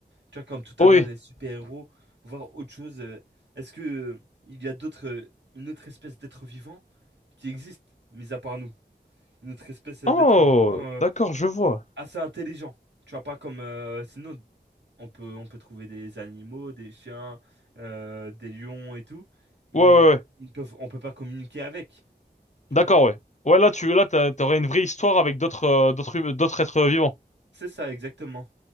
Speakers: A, on the right; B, on the left.
A: Tu vois, comme tout à
B: Oui.
A: l'heure, les super-héros, voir autre chose. euh, Est-ce que euh, il y a d'autres, euh, une autre espèce d'être vivant qui existe, mis à part nous? une autre espèce d'être
B: Oh,
A: vivant euh,
B: d'accord, je vois.
A: assez intelligent. Tu vois, pas comme... euh, sinon, on peut, on peut trouver des animaux, des chiens, euh, des lions et tout, mais
B: Ouais, ouais, ouais.
A: ils peuvent, on peut pas communiquer avec, tu
B: D'accord,
A: vois?
B: ouais. Ouais, là, tu, là, t'as- t'aurais une vraie histoire avec d'autres, euh, d'autres, hum- d'autres êtres vivants.
A: C'est ça, exactement.